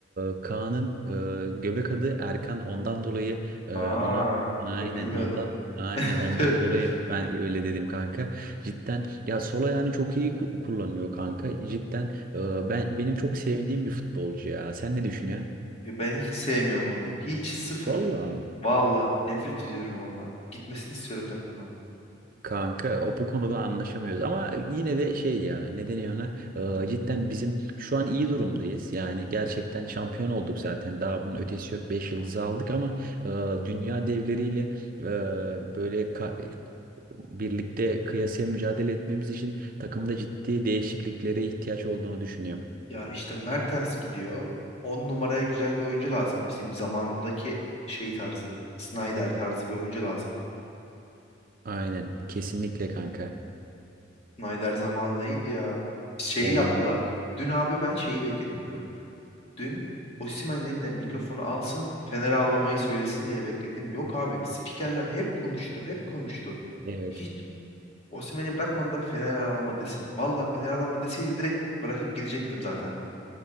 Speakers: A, on the right; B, on the left.
A: e, Kaan'ın e, göbek adı Erkan ondan dolayı e,
B: Aa,
A: ona aynen
B: ben bilmiyordum.
A: ondan aynen
B: <laughs>
A: ondan dolayı ben öyle dedim kanka. Cidden ya sol ayağını çok iyi ku- kullanıyor kanka. Cidden e, ben benim çok sevdiğim bir futbolcu ya. Sen ne düşünüyorsun?
B: Ya Ben hiç sevmiyorum onu. Hiç sıfır.
A: Valla.
B: Valla nefret ediyorum ondan. Gitmesini istiyorum takımdan.
A: Kanka o bu konuda anlaşamıyoruz ama yine de şey ya ne deniyor ona Ee, cidden bizim şu an iyi durumdayız yani gerçekten şampiyon olduk zaten daha bunun ötesi yok 5 yıldızı aldık ama e, dünya devleriyle e, böyle ka- birlikte kıyasıya mücadele etmemiz için takımda ciddi değişikliklere ihtiyaç olduğunu düşünüyorum.
B: Ya işte Mertens gidiyor. 10 numaraya güzel bir oyuncu lazım. Bizim zamanındaki şey tarzı. Snyder tarzı bir oyuncu lazım.
A: Aynen kesinlikle kanka
B: Snyder zamanı neydi ya? Şey
A: o
B: yaptılar.
A: zaman
B: Dün abi ben şeyi bekledim full. Dün Osimhen eline mikrofonu alsın, Fener ağlamayı söylesin diye bekledim. Yok abi, spikerler hep konuştu, hep konuştu.
A: evet.
B: Hiç Osimhen'i bırakmadılar Fener ağlama desin. Valla Fener ağlama deseydi direkt bırakıp gidecektim zaten ben.